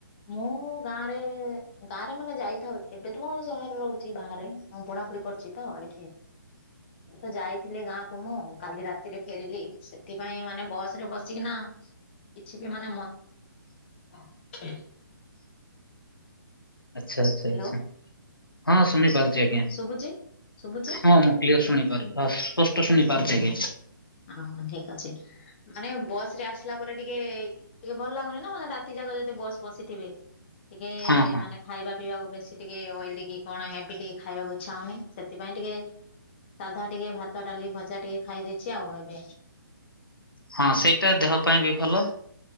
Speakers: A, on the left (about 30°); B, on the left (about 85°).
A: ମୁଁ ଗାଁରେ ଗାଁରେ ମାନେ ଯାଇଥାଉ ଏବେ ତମୁଁ ସହରରେ ରହୁଛି ବାହାରେ। ହଁ ପଢାପଢି କରିୁଚି ତ ଏଠି। ତ ଯାଇଥିଲି ଗାଁକୁ ମୁଁ କାଲି ରାତିରେ ଫେରିଲି। ସେଥିପାଇଁ ମାନେ ବସ ରେ ବସିକିନା କିଛି ବି ମାନେ ମ <inaudible>
B: ଆଛା ଆଚ୍ଛା
A: ହ୍ୟାଲୋ
B: ଆଛା ହଁ ଶୁଣିପାରୁ ଚି ଆଜ୍ଞା
A: ଶୁଭୁଛି ଶୁଭୁଛି
B: ହଁ ମୁଁ କ୍ଲିୟର ଶୁଣି ପାରୁଅ ସ୍ପଷ୍ଟ ଶୁଣି
A: ହୁଁ
B: ପାରୁଚି
A: ହୁଁ
B: ଆଜ୍ଞା।
A: ହୁଁ ହଁ ଠିକ ଅଛି ମାନେ ବସ ରେ ଆସିଲା ପରେ ଟିକେ ଟିକେ ଭଲ ଲାଗୁନି ନା ମାନେ ରାତି ଯାକ ଯଦି ବସ ବସିଥିବେ। ଟିକେ
B: ହଁ ହଁ।
A: ମାନେ ଖାଇବା ପିଇବାକୁ ବେଶୀ ଟିକେ ଅଏଲି କି କଣ ହେବି ଟିକ ଖାଇବାକୁ ଇଚ୍ଛା ହଉନି ସେଥିପାଇଁ ଟିକେ ସାଧା ଟିକେ ଭା ତ ଡାଲି ଭଜା ଟିକେ ଖାଇ ଦେଇଛି ଆଉ ଏବେ।
B: ହଁ ସେଇଟା ଦେହ ପାଇଁ ବି ଭଲ।